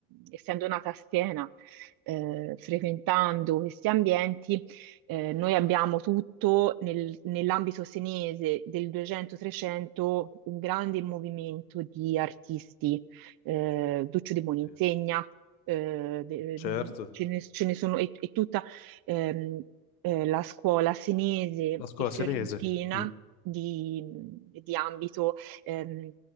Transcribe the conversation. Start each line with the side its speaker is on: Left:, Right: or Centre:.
Right: essendo nata a Siena, eh, frequentando questi ambienti, eh, noi abbiamo tutto nel- nell'ambito senese del 200-300 un grande movimento di artisti, eh, Duccio di Buoninsegna,
Left: Sì.
Right: eh, de-
Left: Certo,
Right: mm, ce ne, ce ne sono, è, è tutta ehm, eh, la scuola senese
Left: la scuola
Right: e fiorentina
Left: senese. Mm.
Right: di, di ambito ehm,